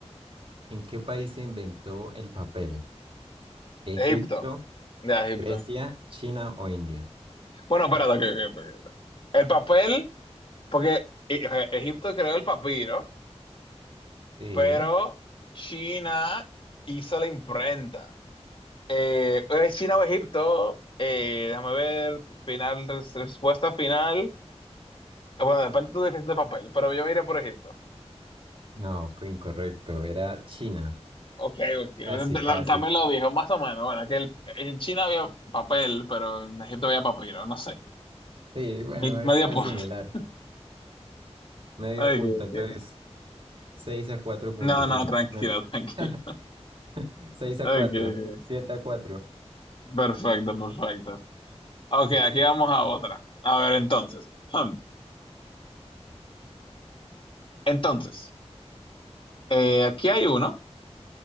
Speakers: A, on the right (about 55°); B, on the left (about 50°).
A: ¿En qué país se inventó el papel? ¿Egipto,
B: Egipto. Ya, Egipto.
A: Grecia, China o India?
B: Bueno, espérate,
A: Eh,
B: ok, ok, ok. ok. El papel, porque eh, Egipto creó el papiro.
A: Sí,
B: pero China hizo la imprenta. Eh, eh, China o Egipto, eh, déjame ver, final, res- respuesta final. Bueno, depende de tu definición de papel, pero yo me iré por Egipto.
A: no, co- incorrecto, era China.
B: Ok, ok,
A: Casi, casi.
B: La- también lo dijo, más o menos. Bueno, que el- en China había papel, pero en Egipto había papiro, no sé.
A: Sí, bueno,
B: Mi-
A: es
B: Medio
A: algo
B: punto.
A: similar.
B: <laughs>
A: Medio
B: Ok,
A: punto, entonces
B: ok.
A: 6 a 4.5.
B: No, no, tranquilo,
A: Me te-
B: <laughs> tranquilo.
A: <laughs> Seis a
B: Ok,
A: cuatro,
B: ok.
A: siete a cuatro,
B: Perfecto, perfecto. Ok,
A: Listo.
B: aquí vamos a otra. A ver, entonces. Hmm. Entonces. Eh, aquí hay uno